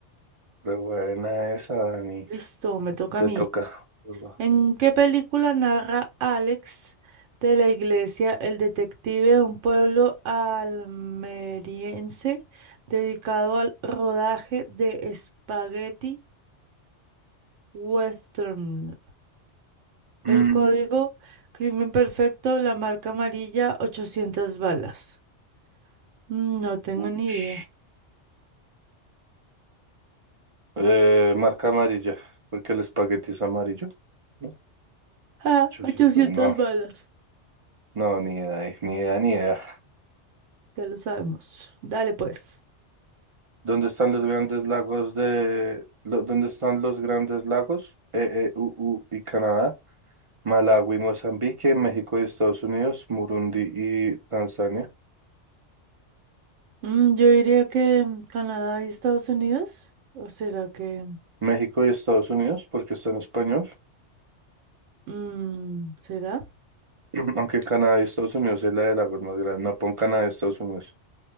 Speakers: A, on the right; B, on the right.
A: Re buena esa, Dani.
B: Listo, me toca
A: Te
B: a mí.
A: toca. Urba.
B: ¿En qué película narra Alex de la Iglesia, el detective de un pueblo almeriense dedicado al rodaje de Spaghetti Western? El
A: Mm,
B: código, crimen perfecto, la marca amarilla, 800 balas. Mm, No tengo
A: ush.
B: ni idea.
A: Eh, marca amarilla, porque el espagueti es amarillo. ¿No?
B: <laughs> Ah,
A: 800,
B: 800
A: No,
B: balas.
A: no, ni idea, ahí, ni idea, ni idea.
B: Ya lo sabemos. Dale pues.
A: ¿Dónde están los grandes lagos de... lo- ¿Dónde están los grandes lagos? E E u u y Canadá, Malawi, Mozambique, México y Estados Unidos, Murundi y Tanzania.
B: Mm, yo diría que Canadá y Estados Unidos. ¿O será que...
A: México y Estados Unidos, porque está en español.
B: mm, ¿será?
A: <clears throat> Aunque Canadá y Estados Unidos es la de lagos más grande. No, pon Canadá y Estados Unidos.